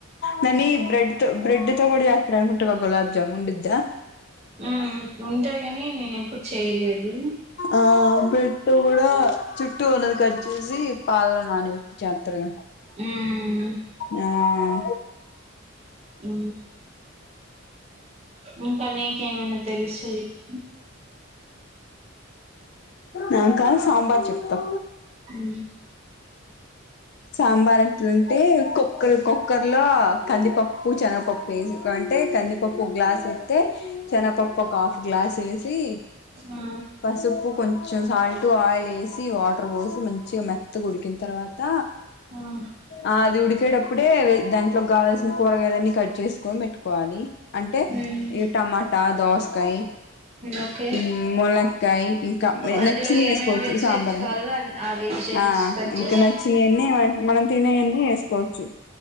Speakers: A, on the left; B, on the right.
A: దాని బ్రెడ్ తో బ్రెడ్ తో కూడ జాస్తరంట గా గులాబ్ జముండుద్ద
B: ఊ ఉంటది కని నేను ఎప్పుడు చేయలేదు
A: ఆ బ్రెడ్డు కూడా చుట్టూ ఉన్నది కట్ చేసి పాలలో నాన పెడితే చాలు
B: ఉమ్
A: ఆ
B: ఊ ఇంకా నీకేమైనా తెలుస్తే చెప్పు
A: నాకా సాంబార్ చెప్తా
B: ఊ
A: సాంబార్ ఎట్లంటే కుక్కరి కుక్కర్లో కందిపప్పు చనగపప్పు వేసుకుంటే కందిపప్పు ఒక గ్లాస్ వెస్తే చనపప్పు ఒక ఆఫ్ గ్లా సెసి
B: ఆ
A: పసుప్పు కొం కొంచెం సాల్ట్ ఆయిల్ వేసి వాటర్ పోసి మంచిగా మెత్తగ ఉడికిన తర్వాత
B: ఆ
A: ఆ అది ఉడికేటప్పుడే వె దాంట్లోకి కావాల్సిన కూరగాయలన్నీ కట్ చేసుకొని పెట్టుకోవాలి అంటే
B: ఉమ్
A: ఈ టమాటా దోసకాయ
B: ఓకే
A: ఊ ముల కాయ ఇంకా
B: అందులో
A: నచ్చిన
B: ఏమేమి
A: వేసుకోవచ్చు
B: వెజిటేబుల్స్
A: సాంబార్ అంటే
B: కావాలో ఆ వెజిటేబుల్స్
A: ఆ
B: కట్
A: ఇంకా
B: చేసి
A: నచ్చినయన్ని యా మనం తినేయని వేసుకోవచ్చు